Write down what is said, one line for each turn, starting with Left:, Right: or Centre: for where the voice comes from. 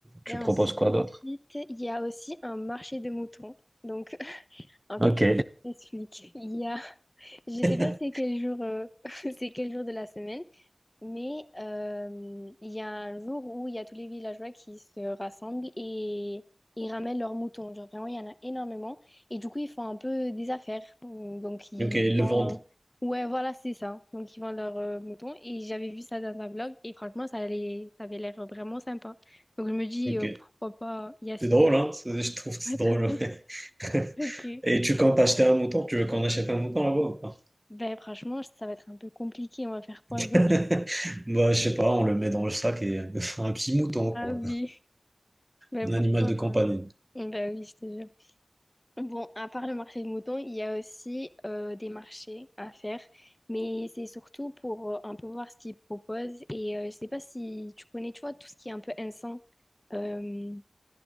Left: Et
Right: tu
Left: ensuite,
Right: proposes quoi d'autre?
Left: il y a aussi un marché de moutons. Donc, En fait,
Right: Ok.
Left: j'explique. Il y a, je
Right: <laughs>
Left: sais pas c'est quel jour, euh, <laughs> c'est quel jour de la semaine, mais euh, il y a un jour où il y a tous les villageois qui se rassemblent et ils ramènent leurs moutons. Genre vraiment, il y en a énormément. Et du coup, ils font un peu des affaires. Donc, ils
Right: Ok, le
Left: vont,
Right: vendre
Left: euh, ouais, voilà, c'est ça. Donc, ils vendent leurs euh, moutons. Et j'avais vu ça dans un blog et franchement, ça allait, ça avait l'air vraiment sympa. Donc, je me dis,
Right: Ok.
Left: euh, pourquoi pas il y assister.
Right: C'est drôle,
Left: <laughs>
Right: hein? C'est- Je trouve que c'est
Left: Ouais,
Right: drôle.
Left: t'as vu?
Right: ouais. <laughs>
Left: <laughs> Ok.
Right: Et tu comptes acheter un mouton? Tu veux qu'on achète un mouton là-bas ou pas?
Left: Ben franchement, ça va être un peu compliqué. On va faire quoi
Right: <laughs>
Left: avec?
Right: Bah, je sais pas, on le met dans le sac et <laughs> un petit mouton,
Left: Ah
Right: quoi.
Left: oui. Ben
Right: Un
Left: pourquoi
Right: animal de
Left: pas?
Right: compagnie.
Left: Ben oui, je te jure. Bon, à part le marché de moutons, il y a aussi euh, des marchés à faire, mais c'est surtout pour euh, un peu voir ce qu'ils proposent. Et euh, je sais pas si tu connais, tu vois, tout ce qui est un peu encens, euh,